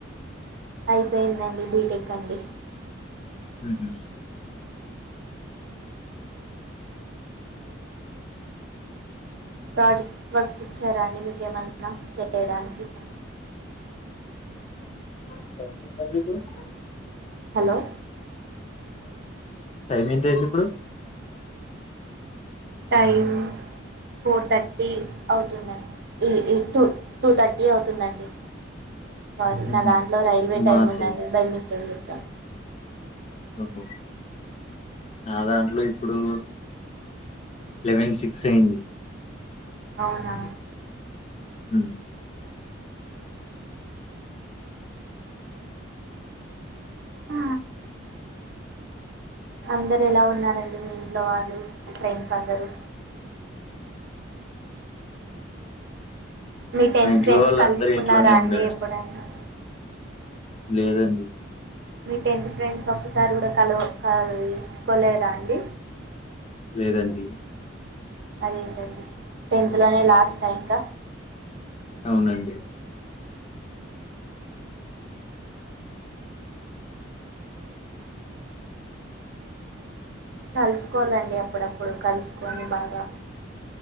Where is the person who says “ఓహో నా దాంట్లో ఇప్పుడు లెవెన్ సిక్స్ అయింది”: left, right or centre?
Left